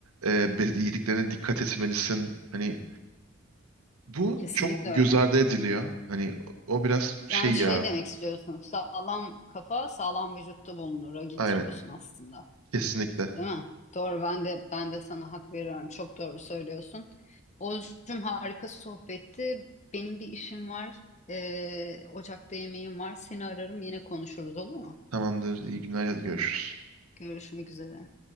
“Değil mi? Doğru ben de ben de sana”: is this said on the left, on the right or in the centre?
Left